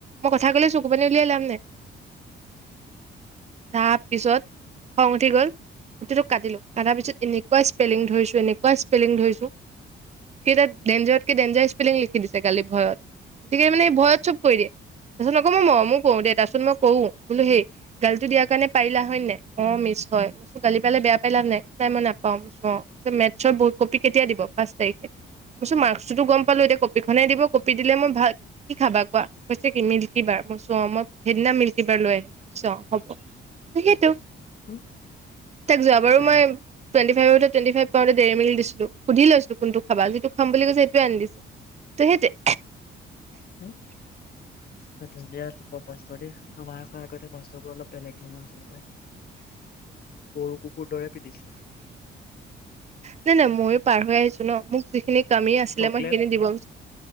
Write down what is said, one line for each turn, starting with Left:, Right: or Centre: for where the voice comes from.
Right: মই কথা ক'লে চকু পানী উলিয়াই লাভ নাই। তাৰ পিছত খং উঠি গ'ল গোটেইটো কাটিলোঁ, কাটাৰ পিছত এনেকুৱা স্পেলিং ধৰিছো, এনেকুৱা স্পেলিং ধৰিছো সেই এটা ডেঞ্জাৰতকে, ডেঞ্জাৰৰ স্পেলিং লিখি দিছে গালি ভয়ত, গতিকে মানে ভয়ত চব কৈ দিয়ে তাৰপিছত আকৌ মই মঅমো কৰো দেই, তাপিচত মই কোউ বোলো হেই, গালিটো দিয়াৰ কাৰণে পাৰিলা হয়, নে নাই? অ', মিছ হয়। গালি পালে বেয়া পাই লাভ নাই। নাই মই নাপাওঁ অ', মেথছৰ ব কপি কেতিয়া দিব? পাঁচ তাৰিখে মাৰ্কচটোতো গম পালো এতিয়া কপিখনেই দিব কপি দিলে মই ভাল কি খাবা কোৱা? কৈছে কি মিল্কি বাৰ মই কৈছোঁ অ', সেইদিনা মিল্কি বাৰ লৈ আহিম কৈ অ', হ'ব সেইটো।
Left: উম।
Right: তাক যোৱা বাৰু
Left: পই-
Right: মই <unintelligible> <unintelligible> টুৱেন্টি ফাইভ পাওঁতে দেৰিমিল্ক দিছিলো, সুধি লৈছো কোনটো খাবা যিটো খাম বুলি কৈছে সেইটো আনি দিছোঁ সেইটোৱে
Left: উম, <unintelligible> মাষ্টৰ দেই, আমাৰ আকৌ আগতে মাষ্টৰবোৰ অলপ বেলেগ ধৰণৰ আছিলে পায়। গৰু কুকুৰ দৰে পিটিছিলে
Right: নাই নাই ময়ো পাৰ হৈ আহিছো ন মোক যিখিনি কামি আছিলে
Left: চকলেট
Right: মই সেইখিনি দিব বিচাৰোঁ।